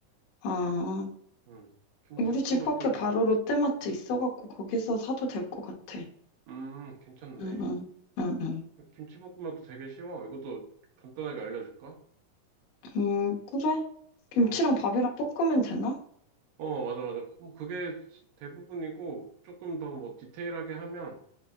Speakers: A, on the left; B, on the right.
A: 아,
B: 음, 김치볶음밥도,
A: 우리 집 앞에 바로 롯데마트 있어갖고 거기서 사도 될 것 같아.
B: 음, 괜찮네.
A: 응, 응, 응, 응.
B: 김치볶음밥도 되게 쉬워. 이것도 간단하게 알려줄까?
A: 음, 그래? 김치랑
B: 어,
A: 밥이랑 볶으면 되나?
B: 어, 맞아, 맞아. 그, 뭐 그게 대부분이고, 조금 더 뭐 디테일하게 하면,